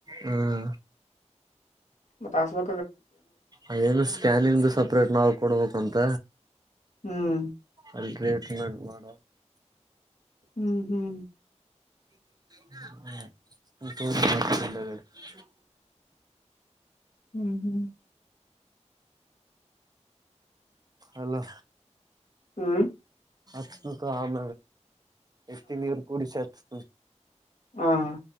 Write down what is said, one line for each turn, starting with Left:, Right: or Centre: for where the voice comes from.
Right: ಹ್ಮ್
Left: ಮತ್ತಾಸ್ಮ
Right: ಅದೇನು ಸ್ಕ್ಯಾನಿಂಗ್ದ ಸಪ್ರೇಟ್ ನಾವ್ ಕೊಡ್ಬೇಕಂತ
Left: ಹ್ಮ್
Right: ಅಲ್ ರೇ ಮಾಡ
Left: ಹ್ಮ್ ಹ್ಮ್
Right: ಹಂಡ
Left: ಹ್ಮ್ ಹ್ಮ್
Right: ಅಲೋ
Left: ಹ್ಮ್
Right: ಹ ಕಾಮ ಎತ್ತ ನೀರು ಕುೂಡ ಸತ.
Left: ಹ್ಮ್ಮ್.